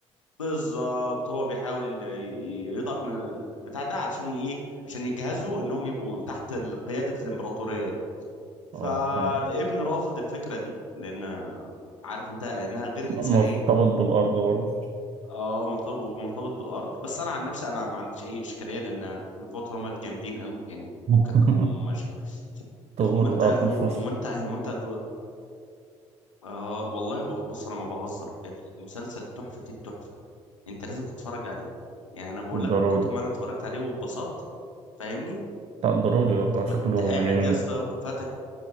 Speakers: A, on the left; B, on the right.
A: بالظبط هو بيحاول ي- ي- يضعف من البتاع ده علشان ي- ايه عشان يجهزوا انهم يبقوا تحت ال- قياده الامبراطوريه دي فالابن
B: آه فاهم
A: رافض الفكره دي لان عارف انت انها غير انسانيه
B: مرتبط بالأرض برضه
A: اه مرتبط مرتبط بالارض بس انا عن نفسي انا ما عنديش اي اشكاليه لان الفوتومات جامدين قوي يعني
B: <laughs>
A: فكك هم مش
B: طهور
A: هم انت
B: الأرض
A: هم,
B: مش
A: هم
B: مشكلة
A: انت هم انت دو... آه والله ب- بص انا ما بهزر المسلسل تحفه التحفه انت لازم تتفرج عليه يعني انا بقول لك
B: ضروري
A: من كتر ما انا اتفرجت عليه واتبسطت فاهمني
B: لا ضروري والله شكله
A: انا كنت قاعد
B: جميل
A: يا اسطى ك- فاتح